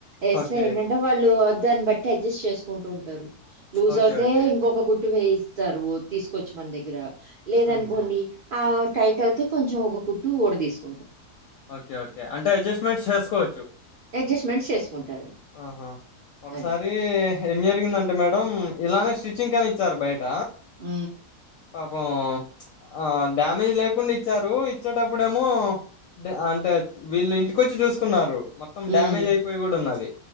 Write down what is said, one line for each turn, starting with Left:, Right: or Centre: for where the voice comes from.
Right: వస్తా
Left: ఓకే
Right: ఏంటంటే వాళ్ళు దాన్ని బట్టి అడ్జస్ట్ చేసుకుంటూ ఉంటారు లూజ్
Left: ఓకే
Right: అవుతే
Left: ఓకే
Right: ఇంకొక గుట్టి వే వస్తారు తీసుకోవచ్చు మన దగ్గర లేదనుకోండి
Left: ఉహు
Right: ఆ టైట్ అవుతే కొంచెం ఒక కుట్టు ఊడ తీసుకు
Left: ఓకే ఓకే అంటే అడ్జస్ట్మెంట్ చేసుకోవచ్చుహా
Right: అడ్జస్ట్‌మెంట్స్ చేసుకుంటారు.
Left: ఒకసారి
Right: అది.
Left: ఏం జరిగిందంటే అే మేడ ఇలానే స్టిచ్చింగ్ కని ఇచ్చారు బయట
Right: ఆ
Left: పాపం ఆ డ్యామేజ్ లేకుండా ఇచ్చారు ఇచ్చేటప్పుడేమో అంటే అంటే వీళ్ళు ఇంటికొచ్చి చూసుకున్నారు మొత్తం
Right: హ్మ్.
Left: డ్యామేజ్ అయిపోయి కూడా ఉన్నది